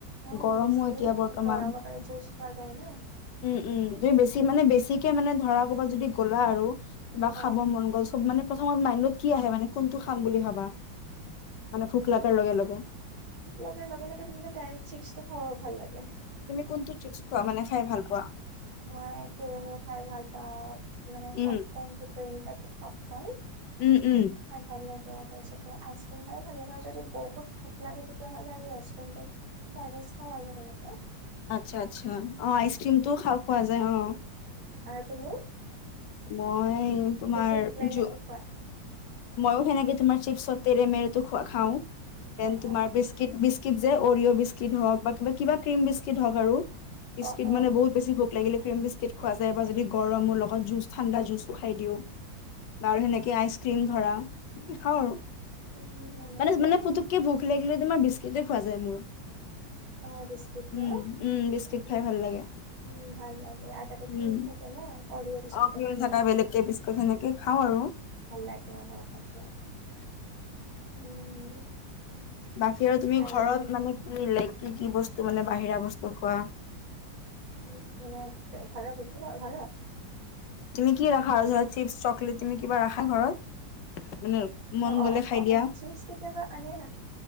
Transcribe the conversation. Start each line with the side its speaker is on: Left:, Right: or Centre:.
Right: অ',
Left: গৰমো
Right: বেছি
Left: এতিয়া বৰ্তমান।
Right: গৰমত আৰু জুচ খোৱা যায় ন
Left: উম উম এই বেছি। মানে বেছিকে মানে ধৰা কৰ'ৰবাত যদি গ'লা আৰু
Right: অ',
Left: বা খাব
Right: অ',
Left: মন গ'ল চব মানে প্ৰথমত মান্যত কি আহে মানে কোনটো খাম বুলি ভবা মানে ভোক লগাৰ লগে লগে
Right: লগাৰ লগে লগে নিমিলে ডাইৰেক্ট চিপছটো খাবও ভাল লাগে
Left: তুমি কোনটো চিপছ খোৱা মানে খাই ভাল পোৱা
Right: <unintelligible> খাই ভাল পাওঁ মানে স্তনস্ত
Left: উম,
Right: <unintelligible>
Left: উম, উম।
Right: <unintelligible> ভাল হ'লে ত
Left: আচ্ছা আচ্ছা অ আইচক্ৰিমটো খ খোৱা যায় অ
Right: <unintelligible>
Left: মই তোমাৰোৱা
Right: বেছি ভোক লাগিলে
Left: যো
Right: কি খোৱা
Left: মইয়ো সেনেকে তোমাৰ চিপছৰ তেৰে মেৰে টো খাওঁ দেন
Right: অ অ
Left: তুমাৰ বিস্কুট যে অৰিঅ' বিস্কিট হওক বা কিবা কিবা ক্ৰীম বিস্কিট হওক আৰু বিস্কিট
Right: অ অ
Left: মানে বহুত বেছি ভোক লাগিলে <unintelligible> বিস্কট খোৱা যায় বা যদি গৰমৰ লগত ঠাণ্ডা জুচো খাই দিও বা
Right: উম
Left: আৰু সেনেকে আইচ ক্ৰীম ধৰা সনেকে খাওঁ আৰু
Right: উম এনেকে
Left: মানে মানে পুতুককে ভোক প্লেগ লৈ তোমাৰ বিস্কেটে খোৱা যায় মোৰ
Right: অ বিস্কিট ন
Left: উম উম বিস্কিট
Right: উ
Left: খাই ভাল লাগে
Right: উম ভাল লাগে আৰু তাতে <unintelligible>
Left: উম
Right: থাকে ন <unintelligible>
Left: অ তিল
Right: ক্ৰীম
Left: থকা বিস্কুট সেনেকে খাওঁ আৰু
Right: ভাল লাগে হয় তাকে
Left: <unintelligible>
Right: উম
Left: বাকী আৰু তুমি
Right: আৰু
Left: ঘৰত মানে কি ল কি কি বস্তু মানে বাহিৰা বস্তু খোৱা
Right: উ মানে ঘৰত পছে ঘাল
Left: তুমি কি ৰাখা আৰু ধৰা চিপছ চকলেট তুমি কিবা ৰাখা ঘৰত মানে মন
Right: অ অ
Left: গ'লে খাই
Right: অ
Left: দিয়া?
Right: অ চিপছ কেতিয়াবা আ নে